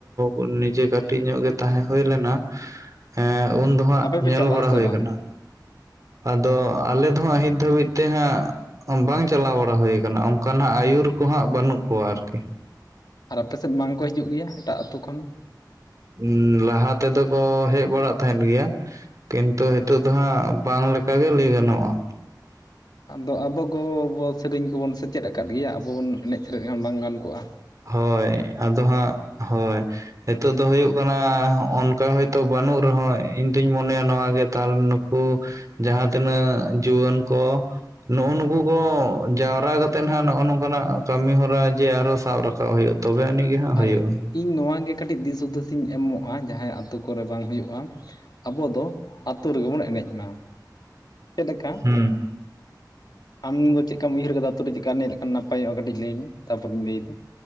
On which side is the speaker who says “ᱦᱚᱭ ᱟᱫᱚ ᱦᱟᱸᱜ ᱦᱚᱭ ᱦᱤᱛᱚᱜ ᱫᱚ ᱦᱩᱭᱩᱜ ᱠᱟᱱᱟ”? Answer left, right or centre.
Right